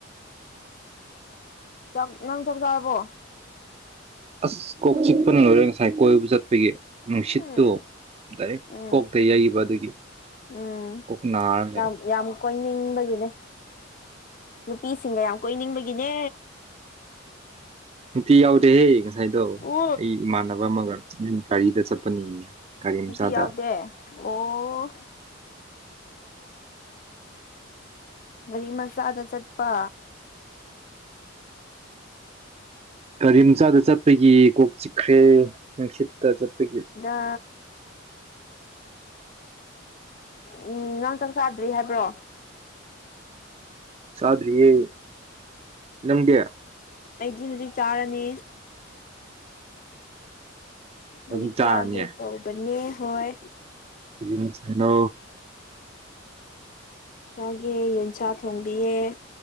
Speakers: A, on the left (about 40°); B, on the right (about 30°).
A: ꯆ ꯅꯪ ꯆ ꯆꯔꯕꯣ
B: ꯑꯁ ꯀꯣꯛ ꯆꯤꯛꯄꯅ ꯂꯣꯏꯔꯦ ꯉꯁꯥꯏ ꯀꯣꯏꯕ ꯆꯠꯄꯒꯤ ꯅꯨꯡꯁꯤꯠꯇꯨ
A: ꯎꯝ
B: ꯗꯥꯏꯔꯦꯛ
A: ꯎꯝ
B: ꯀꯣꯛꯇ ꯌꯩꯕ ꯑꯗꯨꯒꯤ
A: ꯎꯝ
B: ꯀꯅꯔ
A: ꯌꯥꯝ ꯌꯥꯝ ꯀꯣꯏꯅꯤꯡꯕꯒꯤꯅꯦ ꯅꯨꯄꯤꯁꯤꯡꯒ ꯌꯥꯝ ꯀꯣꯏꯅꯤꯡꯕꯒꯤꯅꯦ
B: ꯅꯨꯄꯤ ꯌꯥꯎꯗꯦꯍꯦ ꯉꯁꯥꯏꯗꯣ
A: ꯎ
B: ꯑꯩ ꯏꯃꯥꯟꯅꯕ ꯑꯃꯒ ꯒꯥꯔꯤꯗ ꯆꯠꯄꯅꯤ ꯒꯥꯔꯤ
A: ꯅꯨꯄꯤ
B: ꯃꯆꯥꯗ
A: ꯌꯥꯎꯗꯦ ꯑꯣ ꯒꯥꯔꯤ ꯃꯆꯥꯗ ꯆꯠꯄ
B: ꯒꯥꯔꯤ ꯃꯆꯥꯗ ꯆꯠꯄꯒꯤ ꯀꯣꯛ ꯆꯤꯛꯈ꯭ꯔꯦ ꯅꯨꯡꯁꯤꯠꯇ ꯆꯠꯄꯒꯤ
A: ꯑ ꯎꯝ ꯅꯪ ꯆꯥꯛ ꯆꯥꯗ꯭ꯔꯤ ꯍꯥꯏꯕ꯭ꯔꯣ
B: ꯆꯥꯗ꯭ꯔꯤꯌꯦ ꯅꯪꯒꯦ
A: ꯑꯩꯗꯤ ꯍꯧꯖꯤꯛ ꯆꯥꯔꯅꯤ ꯍꯧꯖꯤꯛ
B: ꯑꯗꯨꯝ ꯆꯥꯔꯅꯤ
A: ꯆꯥꯒꯦ ꯇꯧꯕꯅꯦ ꯍꯣꯏ
B: ꯇ ꯁꯅꯣ
A: ꯆꯥꯒꯦ ꯌꯦꯟꯁꯥ ꯊꯣꯡꯕꯤꯌꯦ